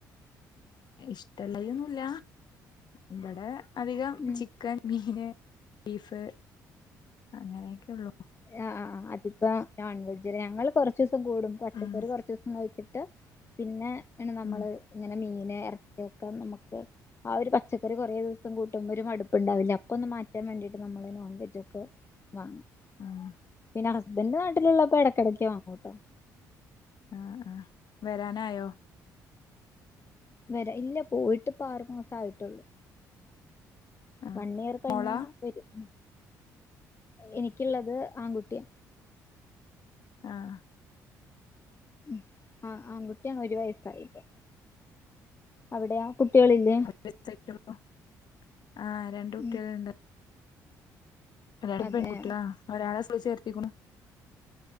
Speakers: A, on the left; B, on the left.
A: ഇഷ്ടല്ലായിഒന്നുല്ല ഇവടെ അധികം
B: ഉം
A: ചി ക്കൻ മീന് ബീഫ് അങ്ങനെയെക്കെള്ളൂ.
B: എ ആഹ് ആഹ് ആഹ് അതിപ്പോ നോൺ വെജരെ ഞങ്ങൾ കൊർച്ചോസം കൂടുമ്പം പച്ചക്കറി
A: ഉം
B: കൊർച്ചൂസം കഴി ഇട്ട് പിന്നെ നമ്മള്
A: ഉം
B: ഇങ്ങനെ മീൻ എർ കേക്കാം നമുക്ക് ആ ഒരു പച്ചക്കറി കുറേ ദിവസം കൂട്ടുമ്പോ ഒര്മട്പ്പ് ണ്ടാവില്ലേ അപ്പൊന്ന് മാ റ്റാൻ മേണ്ടിട്ട് നമ്മള് നോൺവെജൊക്കെ വാങ്ങും.
A: ആഹ്
B: പിന്ന ഹസ്ബന്റെ നാട്ടിലുള്ളപ്പോ എടക്കടയ്ക്ക് വാങ്ങൂട്ടൊ.
A: ആഹ് ആഹ് വരാനായോ.
B: വരാ ഇല്ല പോയിട്ട് ഇപ്പ ആർ മാസയിട്ടുള്ളൂ.
A: ആഹ്
B: വൺ ഇയർ കഴിഞ്ഞ
A: മോളാ
B: വരും എനിക്കിള്ളത് ആൺകുട്ടിയ.
A: ആഹ് ആഹ്
B: ആഹ് ആഹ് ആൺകുട്ടിയാണ് ഒരു വയസ്സായിപ്പ അവിടയോ കുട്ടികളില്ലേ.
A: <unintelligible> ആ രണ്ടുട്ട്യൾണ്ട്.
B: ഉം
A: ഒരാള്
B: അതെ
A: പെൺകുട്ട്യാ ഒരാളെ സ്കൂൾ ചേർത്തിക്ക്ണു.